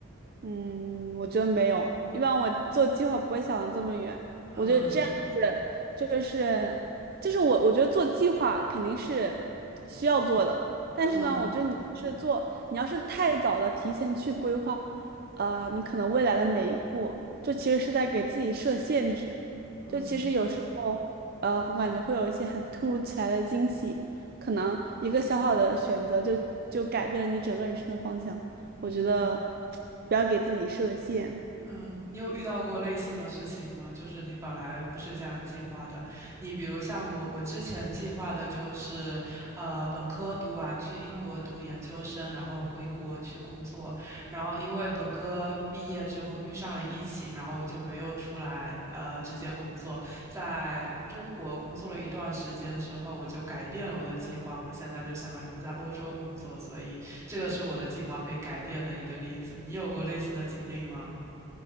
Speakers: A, on the right; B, on the right.
A: 嗯，我觉得没有，一般我做计划不会想的这么远。
B: 嗯
A: 我觉得这样子就是就是我我觉得做计划肯定是需要做的，但是呢，
B: 嗯
A: 我觉得你是做你要是太早的提前去规划，呃，你可能未来的每一步就其实是在给自己设限制。
B: 嗯
A: 就其实有时候，呃，我感觉会有一些很突如其来的惊喜，可能一个小小的选择就就改变了你整个人生的方向。
B: 嗯。
A: 我觉得。不要给自己设限。
B: 嗯，你有遇到过类似的事情吗？就是你本来不是这样计划的，你比如像我，我之前计划的就是，呃，本科读完去英国读研究生，然后回国去工作，然后因为本科毕业之后遇上了疫情，然后我就没有出来，呃，直接工作，在中国工作了一段时间之后，我就改变了我的计划，我现在就想要留在欧洲工作，所以这个是我的计划被改变的一个例子。你有过类似的经历吗？